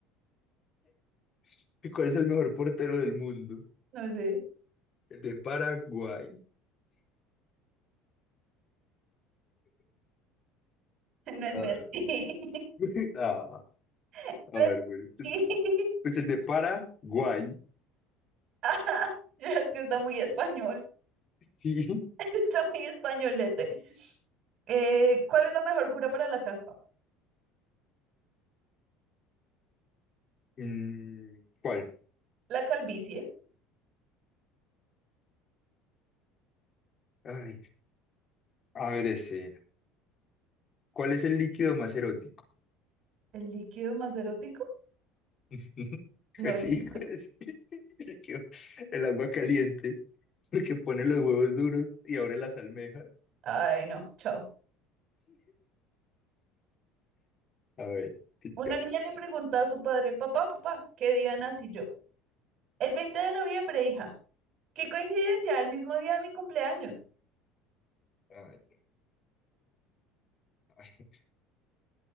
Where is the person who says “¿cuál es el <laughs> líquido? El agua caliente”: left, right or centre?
Left